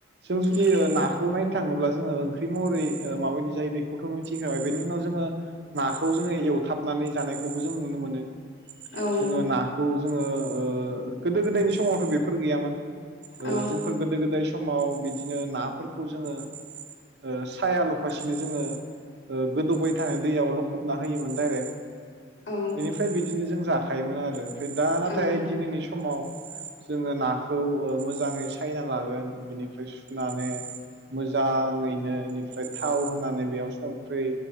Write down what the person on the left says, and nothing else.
उम
औ
औ
औ
औ